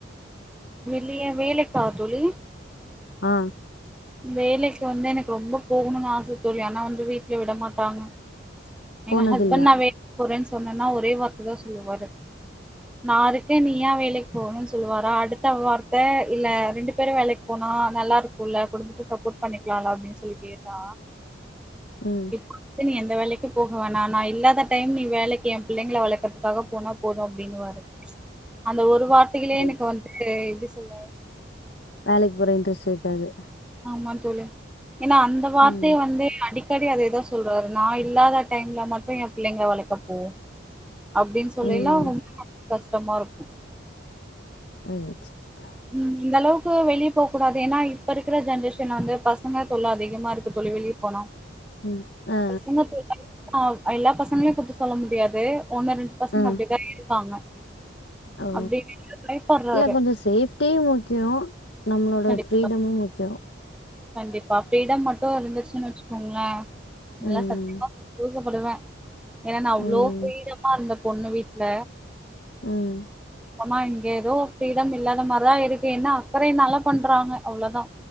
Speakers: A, in the centre; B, on the left.
A: வெளிய வேலைக்கா தோழி
B: அ
A: வேலைக்கு வந்து எனக்கு ரொம்ப போகணும்னு ஆச தோழி ஆனா வந்து வீட்டுல விட மாட்டாங்க
B: போனதில்ல
A: எங்க ஹஸ்பண்ட் நா வேலைக்கு போறேனு சொ சொன்னன்னா ஒரே வார்த்தைதா சொல்லுவாரு நா இருக்கே நீ ஏ வேலைக்கு போகணும்னு சொல்லுவாரா அடுத்த வார்த்தை இல்ல ரெண்டு பேரும் வேலைக்கு போனா நல்லாருக்குல்ல குடும்பத்துக்கு சப்போர்ட் பண்ணிக்கலால்ல அப்டின்னு சொல்லி கேட்டா
B: ம்
A: இப்ப நீ எந்த எந்த வேலைக்கு போக வேணா நா இல்லாத டைம் நீ வேலைக்கு எ புள்ளைங்களை வளர்க்கறதுக்காக போனா போதும் அப்டின்னுவாரு அந்த ஒரு வார்த்தைகளே
B: ரைட்
A: எனக்கு வந்துட்டு எப்டி பாய்
B: வேலைக்கு போற இன்ட்ரெஸ்ட் இருக்காது
A: ஆமா தோழி ஏன்னா அந்த வார்த்தைய
B: ம்
A: வந்து அடிக்கடி அதேதா சொல்றாரு நா இல்லாத டைம்ல மட்டும் என் பிள்ளைங்கல வளக்கப்போ அப்டின்னு சொல்லைல
B: ம்
A: கஷ்டமா இருக்கும்
B: ஓ சரி
A: ம் இந்தளவுக்கு வெளிய போக்கூடாது ஏன்னா இப்பருக்குற ஜென்ரேஷன்ல வந்து பசங்க தொல்ல அதிகமா இருக்கு தோழி வெளிய போனா
B: ம் அ ஆ
A: பசங்க தொல்ல ஆ எல்லா பசங்களையும் குத்த சொல்ல முடியாது ஒண்ணு ரெண்டு பசங்க
B: ஆ
A: அப்டிதா இருக்காங்க
B: ஓ
A: அப்டின்னு பயப்பட்றாரு
B: இல்ல கொஞ்சம் சேஃப் ட்டி முக்கியோம் நம்மளோட
A: கண்டிப்
B: ஃப்ரீடமும் முக்கியோம்
A: கண்டிப்பா ஃபிரீடம் மட்டு இருந்துச்சுன் வச்சுக்கோங்களே நல்ல
B: ம்
A: சத் <unintelligible> ப்படுவே ஏனா நா அவ்ளோ
B: ம்
A: ஃபிரீடமா இருந்தப் பொண்ணு வீட்ல
B: ம்
A: ஆனா இங்க ஏதோ ஃபிரீடம் இல்லாத மாரிதா இருக்கு என்னா அக்கறைனாலா பண்றாங்க அவ்ளோ தா